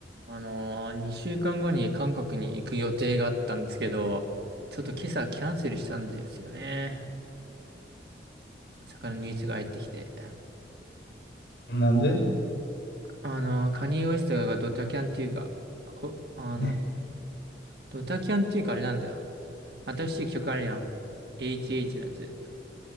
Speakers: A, on the right (about 65°); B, on the left (about 70°).
A: あのー、2週間後に韓国に行く予定があったんですけど、ちょっと今朝キャンセルしたんですよね。まさかのニュースが入ってきて。
B: なんで
A: あのー、カニエ・ウエストがドタキャンっていうか、こ、あの、
B: ね、
A: ドタキャンっていうかあれなんだよ。新しい曲あるやん。HH のやつ。